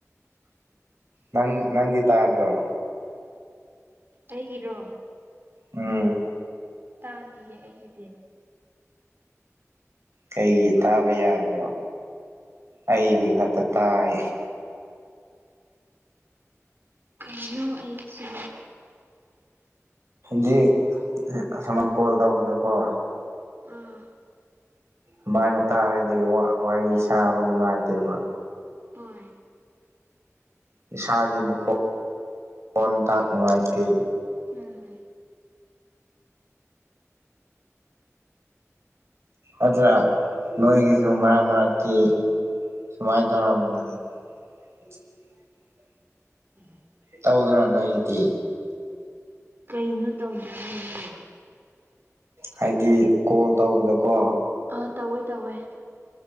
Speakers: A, on the right (about 60°); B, on the right (about 45°).
A: ꯅꯪ ꯅꯪꯗꯤ ꯇꯥꯗ꯭ꯔꯣ
B: ꯑꯩꯒꯤꯔꯣ
A: ꯑꯣ
B: ꯇꯥꯗꯌꯦ ꯑꯩꯒꯤꯗꯤ
A: ꯀꯩꯒꯤ ꯇꯥꯕ ꯌꯥꯗ꯭ꯔꯣ ꯑꯩꯒꯤ ꯈꯛꯇ ꯇꯥꯏ
B: ꯀꯩꯅꯣ ꯑꯩꯒꯤꯁ
A: ꯗꯤ ꯑꯁꯨꯃꯅ ꯀꯣꯜ ꯇꯧꯕꯗꯀꯣ
B: ꯑꯥ
A: ꯁꯨꯃꯥꯏꯅ ꯇꯥꯔꯗꯤ ꯋꯥꯔꯤ ꯁꯅꯕ ꯅꯨꯡꯉꯥꯏꯇꯦꯕ
B: ꯍꯣꯏ
A: ꯏꯁꯥꯒꯤ ꯃꯈꯣꯟ ꯃꯈꯣꯟ ꯇꯥ ꯉꯥꯏꯇꯦ
B: ꯎꯝꯝ
A: ꯑꯗꯨꯠꯇ꯭ꯔ ꯅꯣꯏꯒꯤꯁꯨ ꯃꯔꯛ ꯃꯔꯛꯇꯤ ꯁꯨꯃꯥꯏꯅ ꯇꯧꯔꯝꯃꯤꯅꯤ ꯃꯥ
B: ꯎꯝ
A: ꯇꯧꯗ꯭ꯔꯣꯅꯣ ꯑꯩꯗꯤ
B: ꯀꯩꯅꯣ ꯇꯧꯗꯦ ꯍꯥꯏꯕꯗꯨ
A: ꯍꯥꯏꯗꯤ ꯀꯣꯜ ꯇꯧꯕꯗꯀꯣ
B: ꯑꯥ ꯇꯧꯋꯦ ꯇꯧꯋꯦ